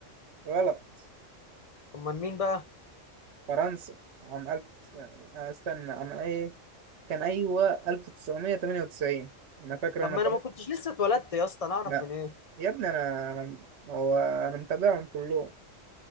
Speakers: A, on the right; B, on the left.
A: غلط
B: امال مين بقى
A: فرنسا عام ألف استنى عام إيه كان أيوة ألف تسعمية تمانية وتسعين أنا فاكر
B: طب
A: أنا
B: ما انا ما كنتش لسه اتولدت يا اسطى انا اعرف
A: لا
B: من ايه
A: يا ابني انا انا هو انا متابعهم كلهم